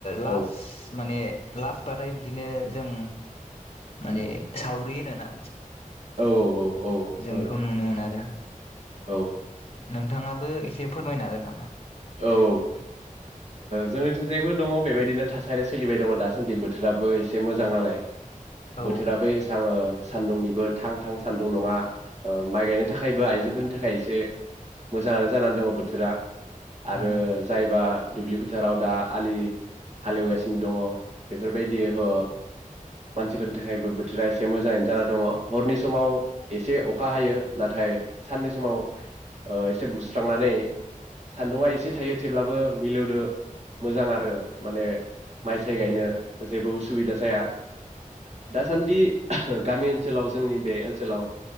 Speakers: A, on the left; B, on the right.
A: लास्ट
B: औ
A: माने लास्ट बाथाय बिदिनो जों माने सावरि होनो ना
B: औ औ औ औ खोनादों
A: जों बेखौ नुनो मोनो आरो
B: औ
A: नोंथाङाबो एसे फोरमायनो हागोन नामा?
B: औ औ ओ जोंनिथिंजायबो दङ बेबायदिनो थासारिया सोलिबाय दङ दासान्दि बोथोराबो एसे मोजां नालाय
A: औ
B: बोथोराबो एसां आ सान्दुंनिबो थां थां सान्दुं नङा माइ गायनो थाखायबो आइजोफोरनि थाखाय एसे मोजाङानो जानानै दङ बोथोरा। आरो
A: उम
B: जायबा दुब्लि फोथाराव दा आलि हालेवगासिनो दङ बेफोरबायदि ह मानसिफोरनि थाखायबो बोथोरा एसे मोजाङैनो जाना दङ हरनि समाव एसे अखा हायो नाथाय साननि समाव ओ एसे बुस्रांनानै सान्दुंआ एसे थायो थेवब्लाबो मिलौदो मोजां आरो माने माइ साइ
A: उम
B: गायनो जेबो उ सुबिदा जाया दासान्दि गामि ओनसोलाव जोंनि बे ओनसोलाव